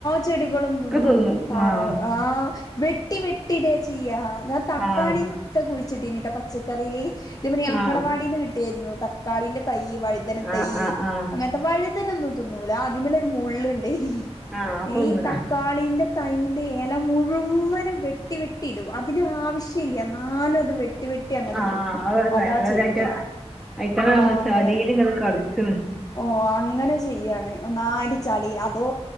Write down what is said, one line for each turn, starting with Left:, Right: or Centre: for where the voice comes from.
Left: ചെടികളും
Centre: ഒക്കെ തിന്നും
Left: താറാവ്
Centre: ആഹ്
Left: ആഹ് വെട്ടി വെട്ടിടേ ചെയ്യ. ഞാൻ തക്കാളി
Centre: ആഹ്
Left: ക്കെ കുഴിച്ചിട്ടീന്ട്ടാ പച്ചക്കറീല്. ഇടെ പിന്നെ അങ്കണവാടിന്ന്
Centre: ആഹ്
Left: കിട്ടിയായിരുന്നു തക്കാളിന്റെ തൈ വഴു തനതൈ
Centre: ആഹ് ആഹ് ആഹ്
Left: അങ്ങനത്തെ വഴ്തനെന്നും തിന്നൂല. അതുമ്മേലെ ഒരു മുള്ള്ണ്ട്.
Centre: ആഹ് അപ്പൊ
Left: ഏയ്‌
Centre: തിന്നൂല
Left: തക്കാളിന്റെ തൈന്റെ എല മുഴുവനും വെട്ടി വെട്ടി ഇടും. അതിനാവശ്യം ഇല്ല്യ. ന്നാലും അത് വെ ട്ടി വെട്ടി അങ്ങനെ
Centre: ആഹ്
Left: ഇടും.
Centre: അതന്നെ
Left: അതാ
Centre: അതല്ലായിറ്റ്
Left: ചെയ്യ്ന്നേ
Centre: അയിറ്റാണ്
Left: ആഹ്
Centre: നമ്മ
Left: അങ്ങനെ
Centre: ചളീല് ഇങ്ങനെ കളിച്ച്ണ്
Left: ഓഹ് അങ്ങനെ ചെയ്യാണ്. ഒന്നായിരി ചളി അതോ